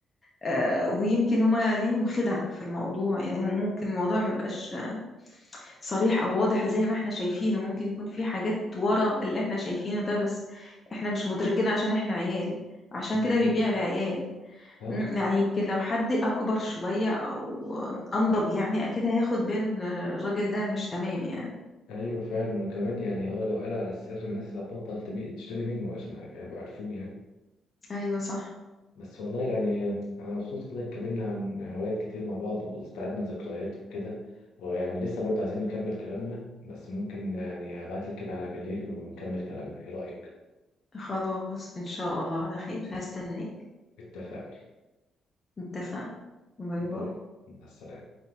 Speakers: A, on the left (about 35°); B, on the left (about 75°).
A: آه، ويمكن هما ليهم خدع في الموضوع يعني مم- ممكن الموضوع ما يبقاش صريح او واضح زي ما احنا شايفينه ممكن يكون في حاجات ورا اللي احنا شايفينه ده بس احنا مش مدركين عشان احنا عيال عشان
B: بالظبط
A: كده بيبيع لعيال
B: اه
A: مم، يعني يمكن لو حد اكبر شوية او انضج يعني اكيد هياخد باله ان الراجل ده مش تمام يعني
B: ايوه فعلا وكمان يعني هو لو قال على السر الناس هتبطل تبيع تشتري منه عشان هيبقوا عارفوه يعني
A: ايوه صح
B: بس والله يعني أنا مبسوط والله اتكلمنا عن هوايات كتير مع بعض واستعدنا ذكريات وكده ويعني لسه برضه عايزين نكمل كلامنا بس ممكن يعني هبعتلك كده على بالليل ونكمل كلامنا إيه رأيك؟
A: خلاص ان شاء الله على خير هستناك
B: اتفقنا
A: اتفقنا باي
B: باي
A: باي
B: مع السلامة